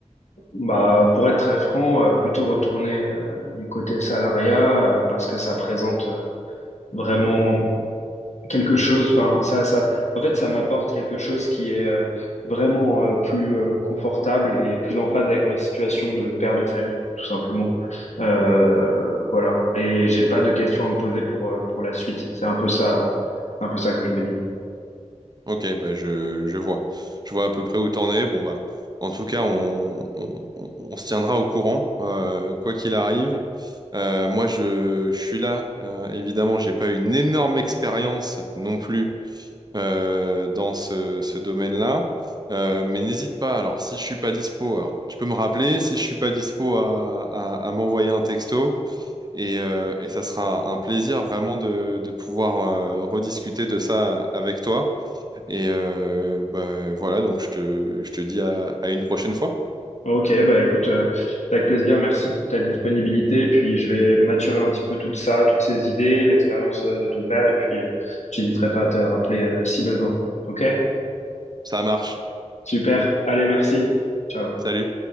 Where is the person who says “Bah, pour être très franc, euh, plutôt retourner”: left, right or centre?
Left